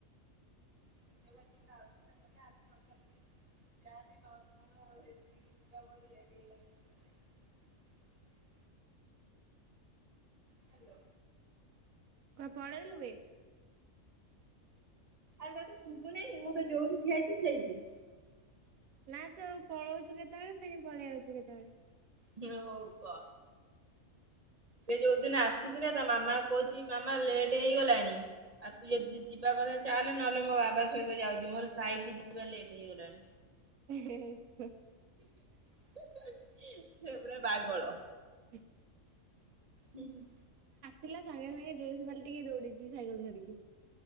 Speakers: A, on the right; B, on the right.
A: <inaudible> <inaudible> ହ୍ୟାଲୋ।
B: କୁଆଡେ ବଳେଇଲୁ ବେ?
A: ଆଉ ତତେ ଶୁଭୁନହିଁ? ମୁଁ ତ ଯୋଉଠି ଠିଆଇଛି ସେଇଠି।
B: ନା ତୁ ପଳଉଛୁ କେତେବେଳେ ଖଣି ପଳେଇ ଆଉଛୁ କେତେବେଳେ।
A: ହୁଁ ହଉ କହ? ସେ ଯୋଉ ଦିନ ଆସିଥିଲା ତା ମାମା କହୁଛି ମାମା ଲେଟ୍ ହେଇଗଲାଣି, ଆଉ ତୁ ଯଦି ଯିବା କଥା ଚାଲେ ନହେଲେ ମୋ ବାବା ସହିତ ଯାଉଛି, ମୋର ସାଇକି ଯିବା ଲେଟ୍ ହେଇଗଲାଣି।
B: ହେଁ ହେଃ।
A: <inaudible> ସେ ପୁରା ବାଗଳ।
B: <inaudible>
A: ହୁଁ ହୁଁ।
B: ପିଲା ସାଙ୍ଗେ ସାଙ୍ଗେ ଡ୍ରେସ ବାଲଟିକେ ଦୌଡିିଛି ସାଇକେଲ ଧରିକି।